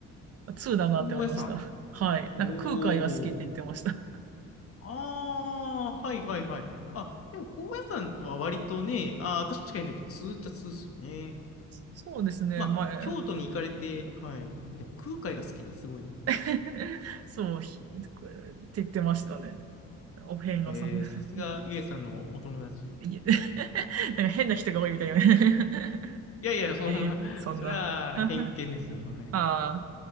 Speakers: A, on the right; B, on the left.
A: 通だなって思いました。
B: 高野山。
A: はい。
B: お
A: なんか空海が好きって言ってました。
B: お。ああ、はいはいはい。あ、でも高野山は割とね、ああ、確かにでも通っちゃ通っすよね。
A: そうですね。
B: まあ、
A: まあ、えー
B: 京都に行かれて、はい。でも空海が好きってすごいな。
A: <laughs> そうひって言ってましたね。お遍路さん。
B: えー、さすがゆえさんのお友達。い
A: いえ <laughs> なんか変な人が多いみたいな。<laughs>
B: やいや、そんな、
A: いやいや、そんな。
B: それは偏見ですよ。
A: <laughs> あ
B: はい。
A: あ、